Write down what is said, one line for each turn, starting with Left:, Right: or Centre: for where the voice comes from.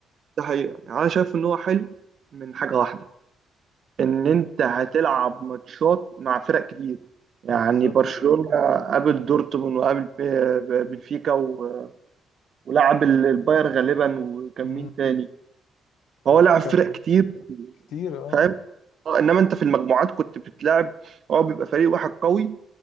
Right: ده حقيقة يعني انا شايف ان هو حلو من حاجة واحدة ان انت هتلعب ماتشات مع فرق كتير يعني
Left: بالظبط
Right: برشلونة قابل دورتموند وقابل ب- ب- بنفيكا و- ولعب ال- الباير غالبا وكان
Left: امم
Right: مين تاني فهو
Left: وكان
Right: لعب فرق كتير
Left: كتير اه
Right: فاهم آه، انما انت في المجموعات كنت بتلعب هو بيبقى فريق واحد قوي